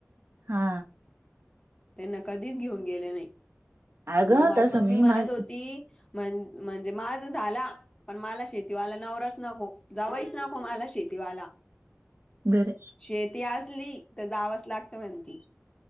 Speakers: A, on the right (about 55°); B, on the left (about 20°).
A: हा.
B: ते न कधीच घेऊन गेले नाही.
A: अगं
B: मग माझी
A: तसं
B: मम्मी
A: मी
B: म्हणत
A: माझ
B: होती- म्हण म्हणजे माझ झाला- पण मला शेतीवाला नवराच नको. जावईच नको मला शेतीवाला.
A: बर.
B: शेती असली तर जावच लागतं म्हणती.